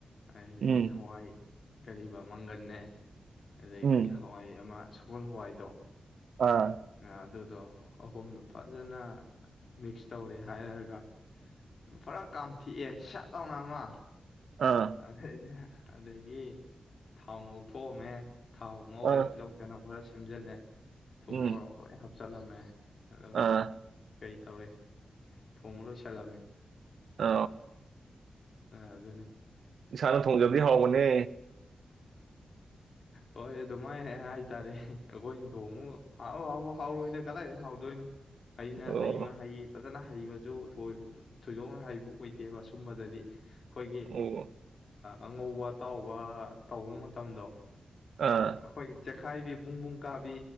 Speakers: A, on the left (about 50°); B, on the right (about 75°).
A: ꯑꯩ
B: ꯎꯝ
A: ꯍꯋꯥꯏ ꯔꯤꯕꯥ ꯃꯪꯒꯟꯅꯦꯦ ꯑꯗꯩꯗꯤ
B: ꯎꯝ
A: ꯍꯋꯥꯏ ꯑꯃ ꯒꯣꯜ ꯍꯋꯥꯏꯗꯣ
B: ꯑꯥ
A: ꯑꯗꯨꯗꯣ ꯑꯍꯨꯝꯗꯣ ꯐꯖꯅ ꯃꯤꯛꯁ ꯇꯧꯔꯦ ꯍꯥꯏꯔꯒ ꯄꯨꯔꯥ ꯀꯥꯝꯊꯤꯑꯦ ꯏꯁꯥ ꯇꯧꯅ ꯑꯃ
B: ꯑꯥ
A: ꯑ ꯑꯗꯒꯤ ꯊꯥꯎ ꯉꯧꯊꯣꯛꯑꯝꯃꯦ ꯊꯥꯎ ꯃ
B: ꯑꯥ
A: ꯂ ꯆ ꯅꯝꯕꯔꯦ ꯊꯝꯖꯜꯂꯦ ꯊꯨꯃꯔ
B: ꯎꯝ
A: ꯂ ꯍꯥꯏ ꯆꯂꯃꯦꯃꯦ ꯑꯗꯨ
B: ꯑꯥ
A: ꯀꯩ ꯇꯧꯔꯦ ꯊꯣꯡ ꯂꯣꯏꯁꯜꯂꯝꯃꯦ
B: ꯑ
A: ꯑꯗꯨꯅꯤ
B: ꯏꯁꯥꯅ ꯊꯣꯡꯖꯕꯗꯤ ꯍꯥꯎꯕꯅꯦ
A: ꯍꯣꯏ ꯑꯗꯨꯃꯥꯏ ꯍꯥꯏꯇꯥꯔꯦ ꯑꯩꯈꯣꯏꯗꯣꯡꯉ ꯑ ꯑꯕ ꯍꯥꯎꯔꯛꯏꯅꯦ ꯀꯗꯥꯏꯗ ꯍꯥꯎꯗꯣꯏꯅꯣ ꯍꯩꯅ
B: ꯑꯣ
A: ꯍꯩꯉ ꯍꯩ ꯐꯖꯅ ꯍꯩꯕꯁꯨ ꯊꯣꯏꯗꯣꯛꯅ ꯍꯩꯕ ꯑꯣꯏꯗꯦꯕ ꯁꯨꯝꯕꯗꯗꯤ ꯑꯩꯈꯣꯏꯒꯤ
B: ꯑꯣ
A: ꯑꯉꯧꯕ ꯑꯇꯥꯎꯕ ꯇꯧꯕ ꯃꯇꯝꯗꯣ
B: ꯑꯥ
A: ꯑꯩꯈꯣꯏ ꯆꯦꯈꯥꯏꯕꯤ ꯕꯨꯡꯕꯨꯡ ꯀꯥꯕꯤ